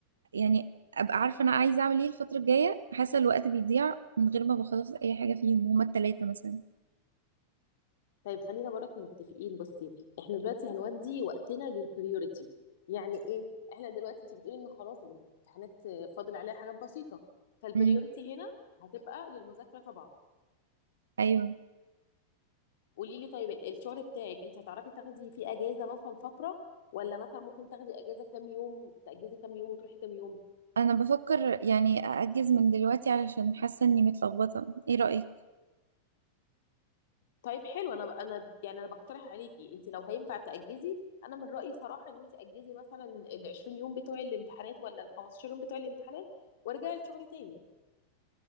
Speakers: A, on the right; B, on the left.
A: يعني ابقى عارفة انا عايزة اعمل ايه الفترة الجاية حاسة الوقت بيضيع من غير ما بخلص اي حاجة فيهم هما التلاتة مثلا
B: طيب خلينا برك متفقين بصي احنا دلوقتي هنودي وقتنا للبريوريتي يعني ايه احنا دلوقتي انت بتقولي ان خلاص الامتحانات فاضل عليها حاجات بسيطه فالبريوريتي
A: امم
B: هنا هتبقى للمذاكره طبعا
A: ايوه
B: قولي لي طيب ال- الشغل بتاعك انت هتعرفي تاخدي فيه اجازه مثلا فتره ولا مثلا ممكن تاخدي اجازه كام يوم تاجزي كام يوم وتروحي كام يوم
A: انا بفكر يعني ااجز من دلوقتي علشان حاسة اني متلخبطة ايه رأيك
B: طيب حلو انا انا يعني انا بقترح عليكي انت لو هينفع تاجزي انا من رايي صراحه ان انت اجزي مثلا ال 20 يوم بتوع الامتحانات ولا ال 15 يوم بتوع الامتحانات وارجعي الشغل تاني